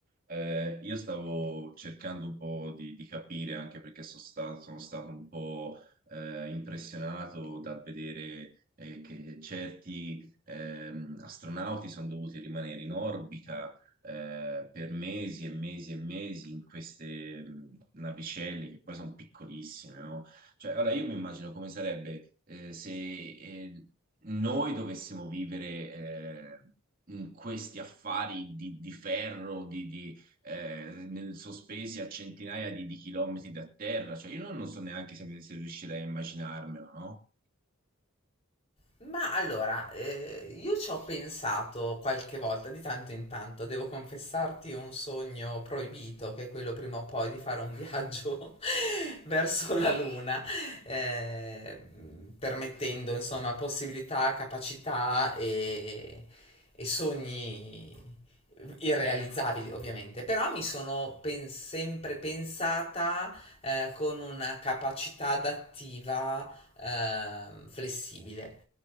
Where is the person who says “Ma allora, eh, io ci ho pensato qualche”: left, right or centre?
Left